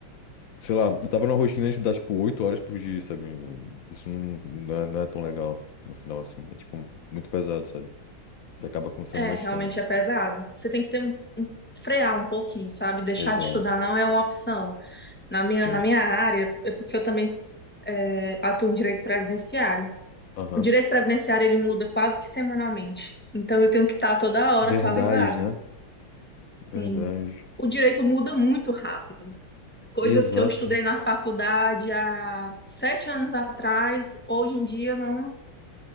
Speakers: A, on the left; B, on the left.
A: sei lá, eu tava numa rotina de dar, tipo, oito horas por dia, sabe? Isso não, não é, não é tão legal no final, assim. É, tipo, muito pesado, sabe? Você acaba cansando
B: É,
A: bastante.
B: realmente é pesado. Você tem que ter um, um- frear um pouquinho, sabe? Deixar
A: Exato.
B: de estudar não é uma opção. Na minha,
A: Sim.
B: na minha área, é porque eu também é, atuo em direito previdenciário.
A: Aham.
B: O direito previdenciário ele muda quase que semanalmente. Então eu tenho que estar toda hora
A: Verdade,
B: atualizada.
A: né? Verdade.
B: Sim. O direito muda muito rápido. Coisas
A: Exato.
B: que eu estudei na faculdade há sete anos atrás, hoje em dia não,